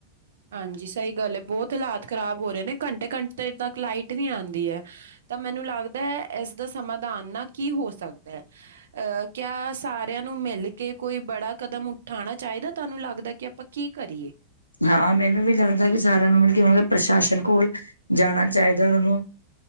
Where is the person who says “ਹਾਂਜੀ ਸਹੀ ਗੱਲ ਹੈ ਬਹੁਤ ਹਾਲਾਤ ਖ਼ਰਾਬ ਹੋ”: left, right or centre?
Right